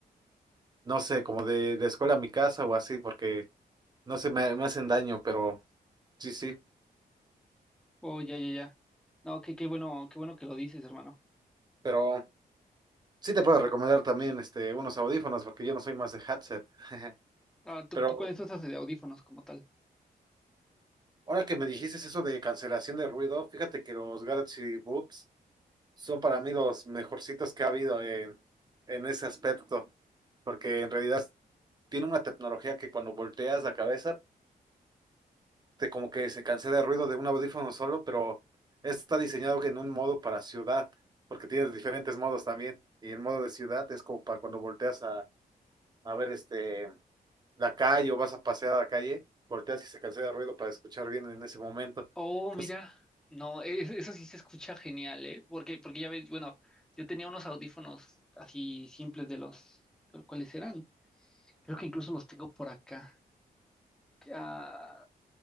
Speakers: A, on the right; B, in the centre.
A: no sé, como de, de escuela a mi casa o así, porque no sé, me, me hacen daño, pero sí, sí.
B: Oh, ya, ya, ya. No, qué, qué bueno, qué bueno que lo dices, hermano.
A: Pero sí te puedo recomendar también este, unos audífonos, porque yo no soy más de headset. <laughs>
B: Ah, ¿tú,
A: Pero
B: tú cuáles usas de audífonos como tal?
A: ahora que me dijiste eso de cancelación de ruido, fíjate que los Galaxy Books son para mí los mejorcitos que ha habido en, en ese aspecto, porque en realidad tiene una tecnología que cuando volteas la cabeza, te como que se cancela el ruido de un audífono solo, pero este está diseñado en un modo para ciudad, porque tienes diferentes modos también, y el modo de ciudad es como para cuando volteas a, a ver este, la calle o vas a pasear a la calle, volteas y se cancela el ruido para escuchar bien en ese momento.
B: Oh,
A: Entonces,
B: mira, no, es- eso sí se escucha genial, ¿eh? Porque, porque ya ves, bueno, yo tenía unos audífonos así simples de los, ¿cuáles eran? Creo que incluso los tengo por acá. Ah,